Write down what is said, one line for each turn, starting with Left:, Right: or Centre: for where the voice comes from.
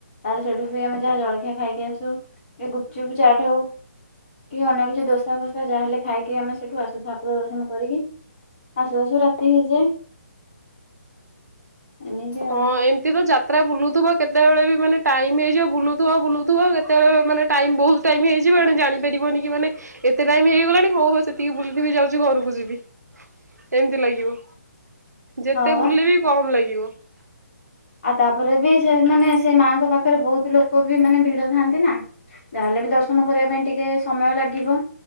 Left: ତାରେ ସେଠୁ ଆମେ ଯାହା ଜଳଖିଆ ଖାଇକି ଆସୁ କି ଗୁପଚୁପ ଚାଟ ହଉ କି ଅନ୍ୟ କିଛି ଦୋସା ଫୋସା ଯାହାେଲେ ଖାଇକି ଆମେ ସେଠୁ ଆସୁ ଠାକୁର ଦର୍ଶନ କରିକି ଆସୁ ଆସୁ ରାତି ହେଇଯାଏ। <inaudible> ଆଉ
Right: ହଁ ଏମିତି ତ ଯାତ୍ରା ବୁଲୁଥିବ। କେତେବେଳେ ବି ମାନେ ଟାଇମ ହେଇଯିବ ବୁଲୁଥିବ ବୁଲୁଥିବ କେତେବେଳେବି ମାନେ ଟାଇମ ବହୁତ ଟାଇମ ହେଇଯିବେ ଜାଣି ପାରିବନି କି ମାନେ ଏତେ ଟାଇମ ହେଇଗଲାଣି ହଉ ହଉ ସେତିକି ବୁଲୁଥିବ ବି ଯାଉଛି ଘରକୁ ଯିବି ଏମିତି ଲାଗିବ। ଯେତେ
Left: ହଁ ବା
Right: ବୁଲିଲେ ବି କମ ଲାଗିବ। ଜୀବ
Left: ଆଉ ତାପରେ ବି ସେମାନେ ସେ ମାଙ୍କ ପାଖରେ ବହୁତ ଲୋକ ବି ମାନେ ଭିଡ ଥାଆନ୍ତି ନା ଯାହାେଲେ ବି ଦର୍ଶନ କରିବା ପାଇଁ ଟିକେ ସମୟ ଲାଗିବ